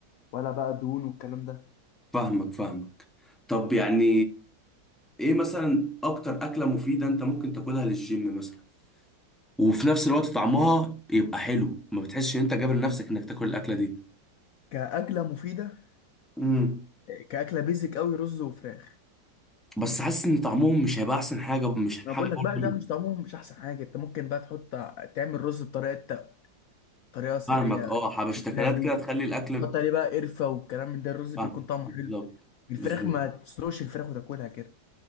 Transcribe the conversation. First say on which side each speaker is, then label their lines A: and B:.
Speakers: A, on the left; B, in the centre.
A: ولا بقى دهون والكلام ده
B: فاهمك فاهمك طب يعني ايه مثلا اكتر اكلة مفيدة انت ممكن تاكلها للجيم مثلا وفي نفس الوقت طعمها يبقى حلو ما بتحسش ان انت جابر نفسك انك تاكل الاكلة دي
A: كاكله مفيده
B: امم
A: كاكله بيزك قوي رز وفراخ
B: بس حاسس ان طعمهم مش هيبقى احسن حاجه مش الحاجه
A: انا بقول لك
B: برضه
A: بقى
B: اللي-
A: ده مش طعمهم مش احسن حاجه انت ممكن بقى تحط تعمل رز بطريقه طريقه سريه
B: فاهمك اه حبشتكنات
A: شفتها ليك
B: كده تخلي الاكل
A: تحط عليه بقى قرفه والكلام من ده الرز
B: فاهم
A: بيكون طعمه
B: بالظبط
A: حلو الفراخ
B: بالظبط
A: ما تسلقش الفراخ وتاكلها كده